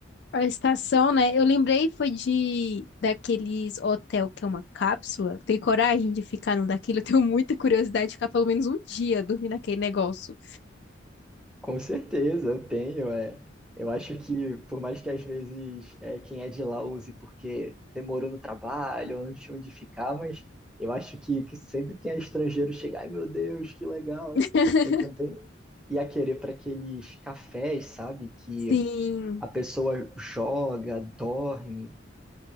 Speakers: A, on the left; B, in the centre.
A: a estação, né? Eu lembrei foi de daqueles hotel que é uma cápsula. Tem coragem de ficar num daquilo? Eu tenho muita curiosidade de ficar pelo menos um dia dormindo naquele negócio.
B: Com certeza, eu tenho. É. Eu acho que, por mais que às vezes é, quem é de lá use porque demorou no trabalho, ou não tinha onde ficar, mas eu acho que, que sempre quem é estrangeiro chega, ai meu Deus, que legal.
A: <laughs>
B: Eu também ia querer para aqueles cafés, sabe? Que
A: Sim.
B: a pessoa joga, dorme.